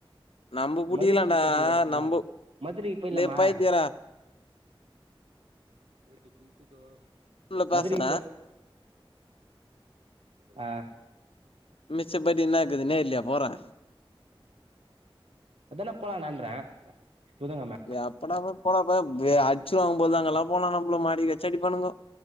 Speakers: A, on the left (about 75°); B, on the right (about 85°).
A: நம்ப புடிகலாடா
B: மதுரையில புச்சி வச்சிக்கிறியே அப்றோ
A: நம்போ
B: என்னா மதுரைக்கு போயிட்லாமா
A: டேய் பைத்தியக்காரா
B: போயிட்டு குளிச்சிட்டு வரோ
A: உள்ள பேசுற
B: மதுரைக்கு போய் அ
A: சிப்பத்தி என்னாக்குது நேர்லயா போரே
B: அதாடா போலா நான்ற புதன்கிழம
A: எப்படா போ போடாப்ப வ அச்சிருவாங்க பொல்து அங்காளாப் போனா நம்மள மடக்கி வெச்சி அடிப்பானுங்கோ